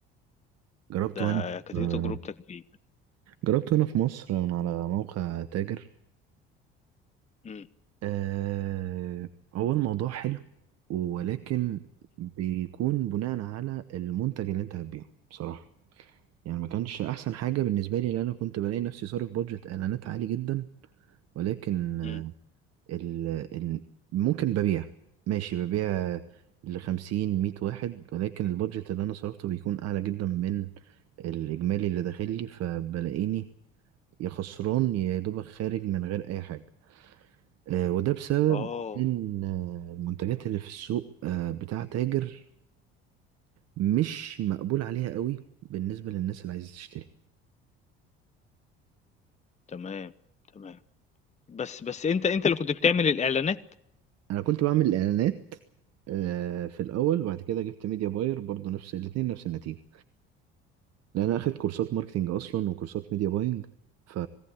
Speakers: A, on the right (about 60°); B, on the left (about 25°).
A: جربته
B: ده
A: هنا
B: كانت
A: آه
B: ايه تجربتك فيه
A: جربته هنا في مصر من على موقع تاجر
B: امم
A: آه هو الموضوع حلو ولكن بيكون بناء على المنتج اللي انت هتبيعه بصراحه يعني ما كانش احسن حاجه بالنسبه لي لان انا كنت بلاقي نفسي صارف بادجت اعلانات عالي جدا ولكن
B: امم
A: ال... ال... ممكن ببيع ماشي ببيع لخمسين مية واحد ولكن البادجت اللي أنا صرفته بيكون أعلى جدا من الإجمالي اللي داخل لي فبلاقيني يا خسران يا دوبك خارج من غير أي حاجة آه، وده بسبب
B: اه
A: إن آه، المنتجات اللي في السوق آه، بتاع تاجر مش مقبول عليها قوي بالنسبة للناس اللي عايزة تشتري
B: تمام تمام بس بس انت انت اللي كنت <laughs> بتعمل الاعلانات
A: أنا كنت بعمل إعلانات آه، في الأول بعد كده جبت ميديا باير برضو نفس الاتنين نفس النتيجة لان انا اخدت كورسات ماركتينج اصلا وكورسات ميديا باينج ف